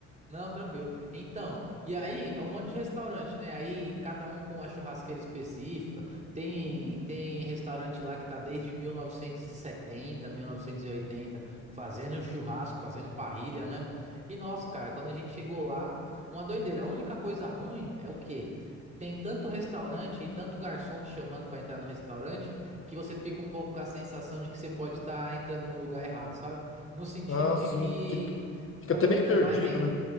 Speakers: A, on the right; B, on the left.
A: Não, tranquilo. Então, e aí é um monte de restaurante, né? Aí cada um com a churrasqueira específica. Tem tem restaurante lá que tá desde mil mil novecentos novecentos e setenta, mil novecentos e oitenta fazendo churrasco, fazendo parrilha, né? E nossa, cara, quando a gente chegou lá, uma doideira. A única coisa ruim é o quê? Tem tanto restaurante e tanto garçom te chamando pra entrar no restaurante que você fica um pouco com a sensação de que você pode estar entrando num lugar errado, sabe? No sentido
B: Ah,
A: de
B: sim,
A: que
B: fica, fica
A: estão
B: até
A: tentando
B: meio perdido,
A: mais vender.
B: né?